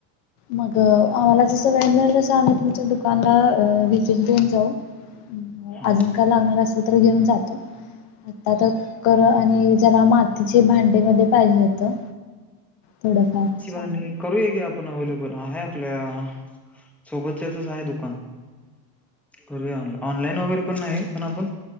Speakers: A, on the left; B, in the centre.
A: मग आम्हाला जस वेळ मिळेल जस आम्ही तुमच्या दुकाना अं व्हीजिट देऊन जाऊ. अं
B: हा
A: अजून काय लागणार असे तर घेऊन जातो. ताता कुकर आणि जरा मात तिचे भांडे मध्ये पाहिजे होतं. थोडंफार सामान
B: आणि करूये की आप पण अवलेबल आहे आपल्या सोबतच्याचच आहे दुकान करूया ऑन- ऑनलाईन वगैरे पण नाही पण आपण